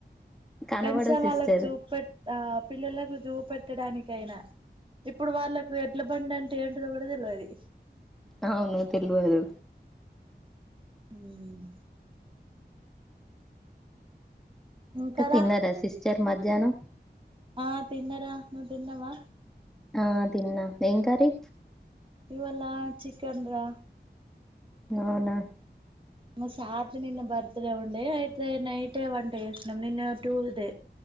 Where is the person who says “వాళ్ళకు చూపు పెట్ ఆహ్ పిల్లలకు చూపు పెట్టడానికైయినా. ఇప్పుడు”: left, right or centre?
Right